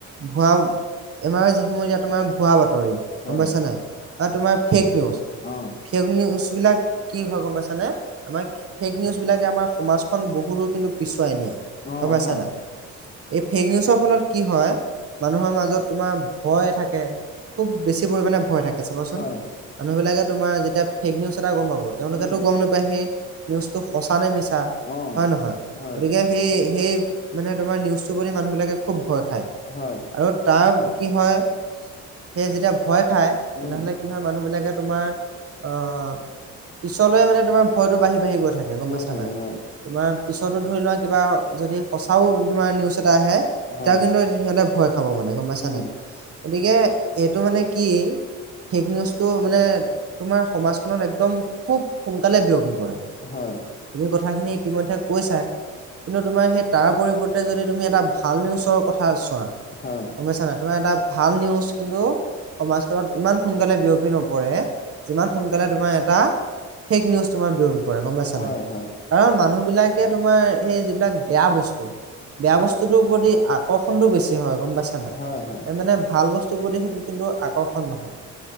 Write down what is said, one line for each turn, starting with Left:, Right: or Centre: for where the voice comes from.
Right: ভুৱা এমায়ে যিসমূহ এতিয়া তোমাৰ ভুৱা বাতৰি-
Left: হয়
Right: গম পাইছা নাই বা তোমাৰ ফেক নিউজ,
Left: অ
Right: ফেক নিউজ বিলাক কি হয় গম পাইছানে, আমাক ফেক নিউজবিলাকে আমাৰ সমাজখন বহুতো কিন্তু পিছুৱাই নিয়ে
Left: অ
Right: গম পাইছা
Left: হয়
Right: নাই। এই ফেক নিউজৰ ফলত কি হয়, মানুহৰ মাজত তোমাৰ ভয় থাকে, খুব বেছি পৰিমাণে ভয় থাকে চাবাচোন।
Left: হয়
Right: মানুহবিলাকে তোমাৰ যেতিয়া ফেক নিউজ এটা গম পাব, তেওঁলোকেতো
Left: উম
Right: গম নাপায় সেই নিউজটো সঁচা নে মিছা
Left: অ
Right: হয় নহয়।
Left: হয়
Right: গতিকে সেই-সেই মানে তোমাৰ নিউজটো প্ৰতি মানুহবিলাকে খুব ভয় খায়।
Left: হয়
Right: আৰু তাৰ কি হয়, সেই যেতিয়া ভয় খায় তেনেহলে
Left: উম
Right: কি হয় মানুহবিলাকে তোমাৰ অ পিছলৈ মানে তোমাৰ ভয়টো বাঢ়ি-বাঢ়ি গৈ থাকে, গম পাইছা
Left: থাকে
Right: নাই। তোমাৰ
Left: হয়
Right: পিছতো ধৰি লোৱা কিবা যদি সঁচাও তোমাৰ নিউজ এটা আহে, তেতিয়াও
Left: হয়
Right: কিন্তু সিহঁতে ভয় খাব মানে গম পাইছা
Left: উম
Right: নাই। গতিকে এইটো মানে কি ফেক নিউজটো মানে তোমাৰ সমাজখনত একদম খুব সোনকালে বিয়পি পৰে।
Left: হয়।
Right: তুমি কথাখিনি ইতিমধ্যে কৈছাই, কিন্তু তোমাৰ সেই তাৰ পৰিৱৰ্তে যদি তুমি এটা ভাল নিউজৰ কথা চোৱা
Left: হয়
Right: গম পাইছা নাই, তোমাৰ এটা ভাল নিউজ কিন্তু সমাজখনত ইমান সোনকালে বিয়পি নপৰে, যিমান সোনকালে তোমাৰ এটা ফেক নিউজ তোমাৰ বিয়পি পৰে গম পাইছা
Left: হয়
Right: নাই।
Left: হয়
Right: কাৰণ মানুহবিলাকে তোমাৰ সেই যিবিলাক বেয়া বস্তু, বেয়া বস্তুটোৰ প্ৰতি আকৰ্ষণটো বেছি হয় গম পাইছা নাই,
Left: হয় হয়
Right: মানে ভাল বস্তু প্ৰতি কিন্তু আকৰ্ষণ নহয়।